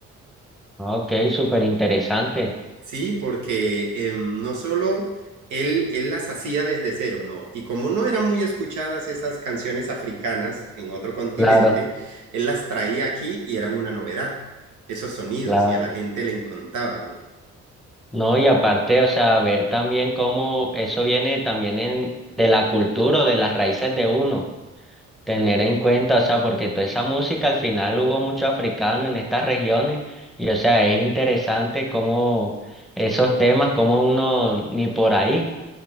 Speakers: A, in the centre; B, on the right.
A: ok, súper interesante.
B: ¿sí? Porque em, no solo él, él las hacía desde cero, no. Y como no eran muy escuchadas esas canciones africanas en otro continente,
A: Claro,
B: él las traía aquí y eran una novedad, esos sonidos,
A: claro.
B: y a la gente le encantaba, ¿no?
A: No, y aparte, o sea, ver también cómo eso viene también en, de la cultura o de las raíces de uno, tener en cuenta, o sea, porque toda esa música al final hubo mucho africano en estas regiones y, o sea, es interesante cómo esos temas, cómo uno ni por ahí.